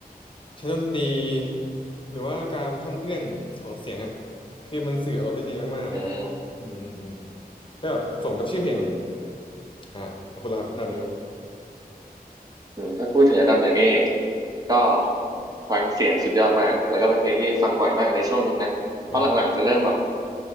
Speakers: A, on the left (about 30°); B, on the right (about 25°).
A: ใช้ดนตรีหรือว่าการพันเอื้อนของเสียงอ่ะคือมันสื่ออารมณ์ได้ดีมากๆครับอืมอืมอืม
B: อืม
A: ก็แบบสมกับชื่อเพลงเลย
B: อืม
A: อ่าขอบคุณแล้วครับอันดับหนึ่ง
B: อืมอืมถ้าพูดถึงอันดับหนึ่งนี่ก็ฟังเสียงสุดยอดมาก แล้วก็เป็นเพลงที่ฟังบ่อยมากในช่วงหนึ่งนะ เพราะหลังๆจะเริ่มแบบ
A: อ่าครับ